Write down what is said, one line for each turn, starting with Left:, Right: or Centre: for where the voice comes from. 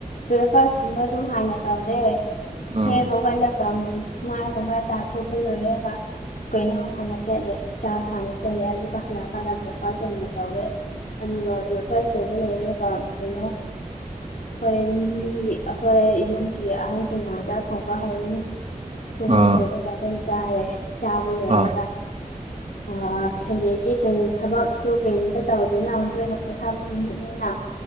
Left: ꯕ꯭ꯔꯦꯛꯐꯥꯁꯀꯨꯝꯕ ꯑꯗꯨꯝ ꯍꯥꯟꯅ ꯇꯧꯔꯦ
Right: ꯑꯥ
Left: ꯍꯦꯛ ꯍꯧꯒꯠꯂꯒ ꯁꯨꯃꯥꯏꯒꯨꯝꯕ ꯇꯥꯊꯣꯛꯄ ꯂꯣꯏꯔꯒ ꯀꯩꯅꯣ ꯍꯥꯟꯅ ꯆꯠꯂꯦ ꯆꯥꯔ ꯍꯥꯟꯅ ꯆꯠꯂꯦ ꯑꯗꯨꯒ ꯍꯜꯂꯛꯑ ꯀꯜꯂꯕ꯭ꯔꯣ ꯄꯥꯁ ꯑꯣꯏꯅ ꯇꯧꯋꯦ ꯑꯗꯨꯒ ꯄꯨ ꯐꯥꯔꯁꯇꯧꯕ ꯂꯣꯏꯔꯒ ꯀꯩꯅꯣ ꯍꯣꯏ ꯌꯨꯝꯒꯤ ꯑꯩꯈꯣꯏ ꯌꯨꯝꯒꯤ ꯑꯍꯟꯁꯤꯡꯅ ꯆꯥꯛ ꯊꯣꯡꯕ ꯍꯧꯔꯤꯅꯤ ꯊꯨꯝꯕ
Right: ꯑꯥ
Left: ꯂꯣꯏꯔꯒ ꯀ ꯆꯥꯔꯦ ꯆꯥꯕ ꯂꯣꯏꯔꯒ
Right: ꯑꯥ
Left: ꯑꯣ ꯁꯟꯗꯦꯗꯤ ꯀꯩ ꯊꯕꯛ ꯁꯨ ꯀꯔꯤꯝꯇ ꯇꯧꯅꯤꯅ ꯃ ꯑꯣꯏꯅ ꯄꯣꯊꯥꯕ ꯅꯨꯃꯤꯠꯅꯤꯅ